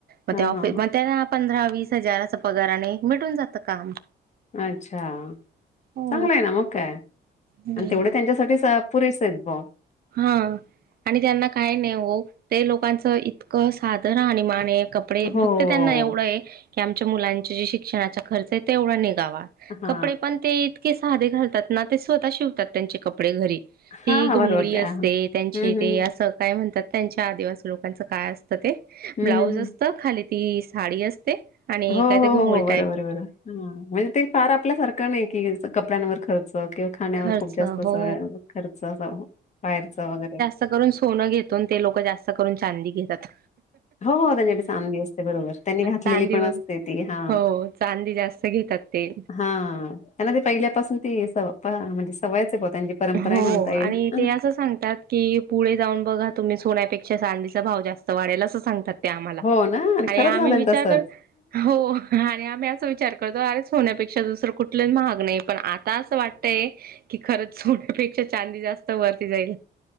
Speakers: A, on the right (about 60°); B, on the left (about 40°).
A: मग
B: हा हा
A: फि <unintelligible> मग पंधरा वीस हजाराचं पगारने, भेटून जात काम.
B: आच्छा.
A: हो.
B: चांगलं आहे ना मग काय
A: हम्म.
B: आणि तेवढ त्यांच्यासाठीच पुरेस आहेत भाव.
A: हं, आणि त्यांना काय नाई हो, ते लोकांच इतकं साधं राहणिमाण आये कप डे
B: हो
A: फक्त त्यांना एवढं आहे, की आमच्या मुलांचे शिक्षणाचा खर्च आहे तेवढा निगावा.
B: हा
A: कपडे पण ते इतके साधे घालतात ना, ते स्वतः शिवतात त्यांचे कपडे घरी.
B: हा
A: ती
B: हा
A: घोंगडी
B: बरोबर ते
A: असते,
B: हा हम्म
A: त्यांच्ये
B: हम्म
A: ते असं काय म्हनतात त्यांच्या आदिवासी लोकांच काय असतं ते,
B: हम्म
A: ब्लाऊज
B: हम्म हम्म
A: असत खाली ती साडी असते. आणि
B: हो
A: काय ते
B: हो
A: घोंगुळी.
B: हो हो बरोबर बरोबर हं म्हणजे ते फार आपल्यासारखं नाही कि असं कपड्यांवर खर र्च किंवा खाण्यावर
A: खर्च
B: खूप जास्त अस
A: हो
B: खर्च अस बाहेरच वगैरे
A: स्त करून सोनं घेतो आणि ते लोक जास्त करून चांदी घेतात.
B: हो हो त्यांच्याकडे चांदी असते बरोबर त्यांनी घातलेली
A: चांदी
B: पण
A: वर
B: असते ती हा
A: हो चांदी जास्त घेतात. ते
B: हा त्यांना ते पहिल्यापासून ती सव प म्हणजे सवयच हाय बुआ त्यांची परंपरा
A: हो
B: आहे म्हणता येईल
A: आणि ते असं सांगतात की पुढ जाऊन बघा तुम्ही सोन्यापेक्षा चांदीचा भाव जास्त वाढेल असं सांगतात. आम्हाला
B: हो ना
A: आणि
B: खरंच
A: आम्ही
B: झालं
A: विचार
B: ना तसंच.
A: कर हो आणि आम्ही अस विचार कर खर त अरे सोन्यापेक्षा दुसरं कुठलं महाग नाही पण आता असं वाटतय की खर सोन्यापेक्षा चांदी जास्त वरती जाईल.